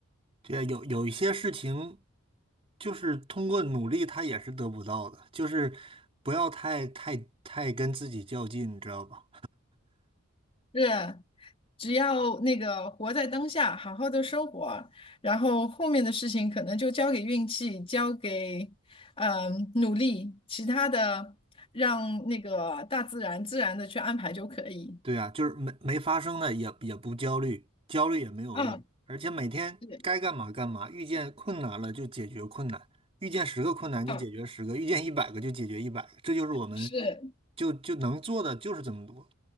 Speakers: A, on the right; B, on the left.
A: 对，有有一些事情，就是通过努力，他也是得不到的，就是不要太太太跟自己较劲，你知道吧？
B: 是，只要那个活在当下，好好的生活，然后后面的事情可能就交给运气，交给嗯努力，其他的让那个大自然自然的去安排就可以。
A: 对呀，就是没没发生的也也不焦虑，焦虑也没有用，
B: 嗯，
A: 而且每天该干嘛干嘛，
B: 对，
A: 遇见困难了就解决困难，遇见十个困难就解决十个，
B: 嗯，
A: 遇见一百个就解决一百个，这就是我们
B: 是，
A: 就就能做的就是这么多。